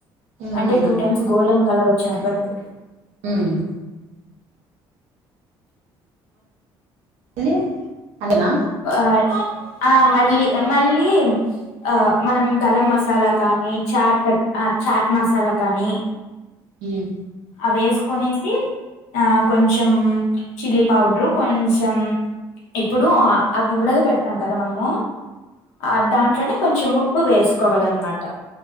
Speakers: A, on the right; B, on the left.
A: హ్మ్
B: అంటే టూ టైమ్స్ గోల్డెన్ కలర్ వచ్చేంత వరకు
A: ఉమ్ మళ్ళీ అంతేనా
B: ఆ ఆ మళ్ళీ మళ్ళీ ఆ మనం గరం మసాలా కానీ చాట్ పె చాట్ మసాలా కానీ
A: ఉమ్
B: అవి వేసుకనేసి ఆ కొంచెం చిల్లీ పౌడ్రూ కొంచెం ఇప్పుడు అవి ఉడకా పెడతాం కదా మనము ఆ దాంట్లోనే కొంచెం ఉప్ ఉప్పు వేసుకోవాలన్నమాట